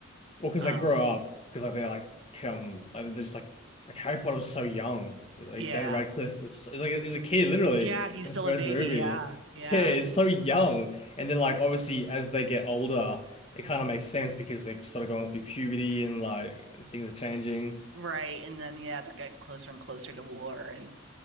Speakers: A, on the left; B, on the right.
A: Well, because
B: Uh,
A: I grew up, because like they're like um, like they're just like like Harry Potter was so young. Like
B: yeah.
A: Daniel Radcliffe is, is like is a kid literally
B: Yeah, he's
A: in
B: still
A: the first
B: a baby.
A: movie.
B: Yeah. Yeah.
A: Yeah, he's so young, and then like obviously as they get older, it kind of makes sense because they're sort of going through puberty and like things are changing.
B: Right. And then, yeah, they're getting closer and closer to war and